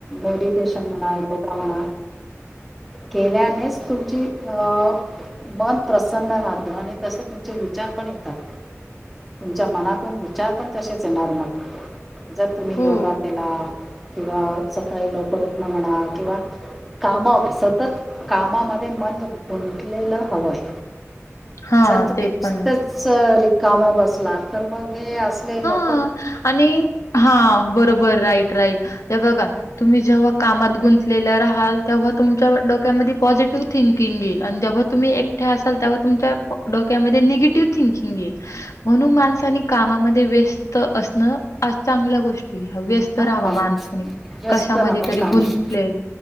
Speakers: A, in the centre; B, on the left.
A: मेडिटेशन म्हणा योगा म्हणा केल्यानेच तुमची अ मन प्रसन्न राहतं आणि तसे तुमचे विचार पण येतात तुमच्या मनातून विचार पण तसेच येणार मग जर तुम्ही
B: हो.
A: योगा केला. किंवा सकाळी लवकर उठन म्हणा किंवा काम सतत कामामध्ये मन गुंतलेलं हवंय
B: हां,
A: जर तुम्ही
B: ते
A: नुसतेच
B: पण आहे.
A: रिकामे बसला तर मग हे असले नक
B: हा आणि हा बर बर राईट राईट हे बघा तुम्ही जेव्हा कामात गुंत गुंतलेल्या राहाल तेव्हा तुमच्या डोक्यामध्ये पॉझिटिव्ह थिंकिंग येईल आणि जेव्हा तुम्ही एकट्या असाल तेव्हा तुमच्या डोक्यामध्ये निगेटिव्ह थिंकिंग ये म्हणून माणसानी कामामध्ये व्यस्त असणं हा चांगल्या गोष्ट ह व्यस्त
A: हा
B: राहाव माणसाने
A: व्यस्त
B: कशामध्ये
A: राहावं
B: तरी
A: कामामध्ये
B: गुंतलेल